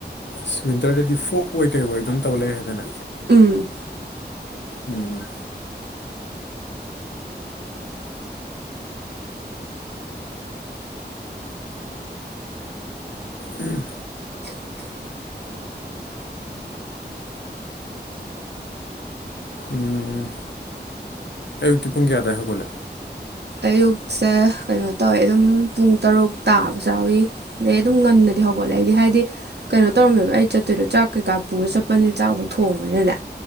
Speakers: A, on the left (about 85°); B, on the right (about 75°).
A: ꯑꯁ ꯋꯤꯟꯇꯔꯗꯗꯤ ꯐꯣꯛ ꯑꯣꯏ ꯀꯩ ꯑꯣꯏ ꯑꯗꯨꯝ ꯇꯧ ꯂꯩꯛꯑꯦ ꯍꯥꯏꯗꯅ
B: ꯎꯝ
A: ꯎꯝ ꯎꯝ ꯎꯝ ꯑꯌꯨꯛꯇꯤ ꯄꯨꯡ ꯀꯌꯥꯗ ꯍꯧꯒꯣꯂꯦ
B: ꯑꯌꯨꯛꯁꯦ ꯀꯩꯅꯣ ꯇꯧꯋꯦ ꯑꯗꯨꯝ ꯄꯨꯡ ꯇꯔꯨꯛ ꯇꯥꯕ ꯌꯥꯎꯋꯤ ꯑꯗꯩ ꯑꯗꯨꯝ ꯉꯟꯅꯗꯤ ꯍꯧꯒꯠꯂꯦ ꯑꯗꯩꯗꯤ ꯍꯥꯏꯗꯤ ꯀꯩꯅꯣ ꯇꯧꯔꯝꯃꯦꯕ ꯑꯩ ꯆꯠꯇꯣꯏꯗꯣ ꯆꯥꯛ ꯀꯩꯀꯥ ꯄꯨꯔꯒ ꯆꯠꯄꯅꯤꯅ ꯆꯥꯛꯐꯧ ꯊꯣꯡꯕꯅꯤꯅꯅꯦ